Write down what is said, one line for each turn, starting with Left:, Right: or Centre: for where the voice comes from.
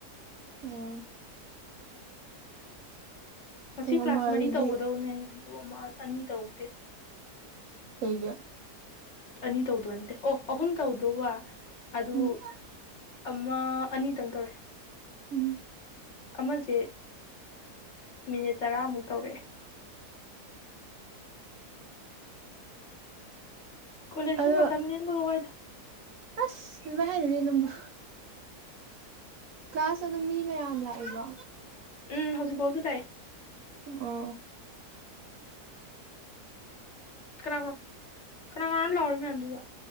Right: ꯎꯝ
Left: ꯉꯁꯤ
Right: ꯄꯨꯡ
Left: ꯀ꯭ꯂꯥꯁ
Right: ꯑꯃ ꯑꯗꯨꯗꯤ
Left: ꯃꯔꯤ ꯇꯧꯒꯗꯕꯅꯦ ꯑꯗꯨ ꯑꯃ ꯑꯅꯤ ꯇꯧꯗꯦ
Right: ꯀꯩꯒꯤ
Left: ꯑꯅꯤ ꯇꯧꯗꯣꯏꯅꯠꯇꯦ ꯑꯣ ꯑꯍꯨꯝ ꯇꯧꯗꯧꯕ ꯑꯗꯨ
Right: ꯎꯝ
Left: ꯑꯃ ꯑꯅꯤꯇꯪ ꯇꯧꯔꯦ
Right: ꯎꯝ
Left: ꯑꯃꯁꯦ ꯃꯤꯅꯤꯠ ꯇꯔꯥꯃꯨꯛ ꯇꯧꯔꯛꯑꯦ ꯀꯣꯂꯦꯖꯇ
Right: ꯑꯗꯣ
Left: ꯃꯇꯝ ꯂꯦꯟꯕꯒ ꯋꯥꯏꯗ
Right: ꯑꯁ ꯂꯥꯢꯔꯔꯦ ꯅꯪꯕꯨ ꯀ꯭ꯂꯥꯁ ꯑꯗꯨꯝ ꯃꯤ ꯃꯌꯥꯝ ꯂꯥꯛꯏꯕꯣ
Left: ꯎꯝ ꯍꯧꯖꯤꯛꯐꯥꯎꯗꯤ ꯂꯥꯛꯑꯦ
Right: ꯑꯣ
Left: ꯀꯅꯥ ꯀꯅꯥꯅꯣ ꯂꯥꯎꯔꯤ ꯃꯌꯥꯝꯗꯨꯕꯣ